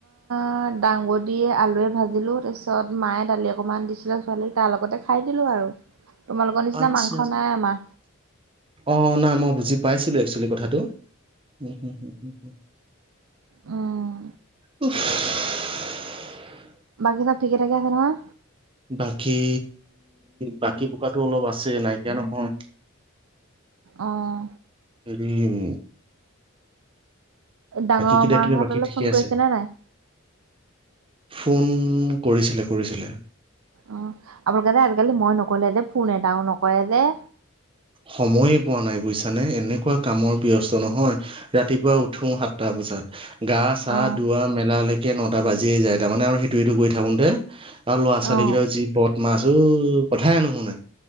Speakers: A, on the right; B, on the right.
A: অ দাং বডী আলুৱে ভাজিলোঁ তা পিছত মায়ে দালি অকণমান দিছিলে ছোৱালীক। তাৰ লগতে খাই দিলো আৰু তোমালোকৰ নিচিনা
B: আচ্ছা,
A: মাংস নাই আমাৰ
B: অ নাই মই বুজি পাইছিলো একশ্ললি কথাটো হু হু হু হু
A: উম
B: উফফফফ
A: বাকী চব ঠিকে ঠাকে আছে নহয়
B: বাকী বাকী বোকাটো অলপ আছে নাইকিয়া নহয়
A: অঁ
B: উমমম
A: ডাঙৰ
B: কেইটা
A: মা
B: কিন্তু
A: হতলৈ
B: বাকী ঠিকে
A: ফোন
B: আছে
A: কৰিছিলা নাই?
B: ফোন কৰিছিলে, কৰিছিলে
A: অ অভিক দাদাই আজিকালি মই নকৰিলে যে ফোন এটাও নকৰে যে
B: সময়ে পোৱা নাই বুইছানে, এনেকুৱা কামৰ ব্যস্ত নহয় ৰাতিপুৱা উঠো সাতটা বজাত গা চা
A: অ
B: ধোৱা মেলালৈক তাকে নটা বাজিয়েই যায় তাৰমানে আৰু সেইটো ইটো কৰি থাকোঁতে আৰু ল'ৰা ছোৱালী
A: অ
B: কেইটা যি উৎপাত মাজৌ কথাই নুশুনে